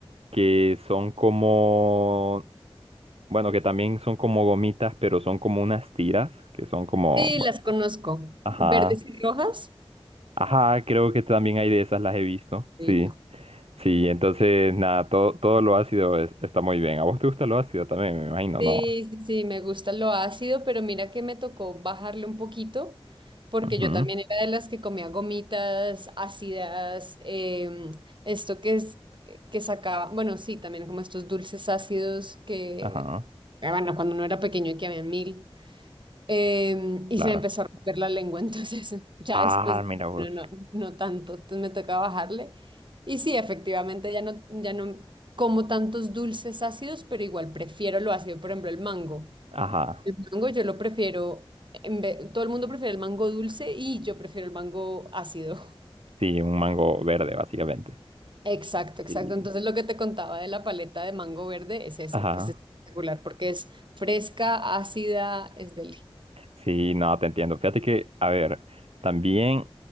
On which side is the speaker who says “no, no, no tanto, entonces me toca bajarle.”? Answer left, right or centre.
Right